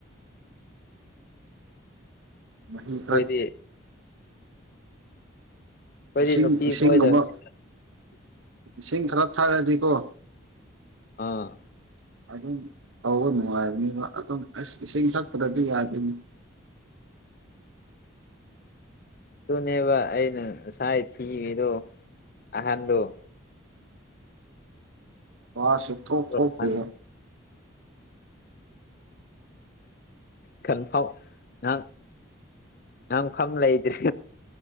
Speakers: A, on the right (about 75°); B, on the left (about 45°).
A: ꯃꯍꯤ
B: ꯑꯩꯈꯣꯏꯗꯤ
A: ꯐꯠ
B: ꯑꯩꯈꯣꯏꯗꯤ
A: ꯏꯁꯤꯡ
B: ꯅꯨꯄꯤ
A: ꯏꯁꯤꯡ
B: ꯀꯣꯏꯗꯕꯅꯤ
A: ꯑꯃ ꯏꯁꯤꯡ ꯈꯔ ꯊꯛꯑꯗꯤꯀꯣ
B: ꯑꯥ
A: ꯑꯗꯨꯝ ꯇꯧꯕ ꯅꯨꯡꯉꯥꯏꯕꯅꯤꯕ ꯑꯗꯨꯝ ꯑꯁ ꯏꯁꯤꯡ ꯊꯛꯇ꯭ꯔꯗꯤ ꯌꯥꯗꯅꯤ
B: <unintelligible> ꯑꯗꯨꯅꯦꯕ ꯑꯩꯅ ꯉꯁꯥꯏ ꯊꯤꯈꯤꯕꯗꯣ ꯑꯍꯟꯗꯣ
A: ꯋꯥꯁ ꯊꯣꯡ ꯊꯣꯡꯀꯦ
B: ꯑꯍꯟ ꯀꯟꯐꯥꯎ ꯑ ꯅꯪꯐꯝ ꯂꯩꯗ꯭ꯔꯦ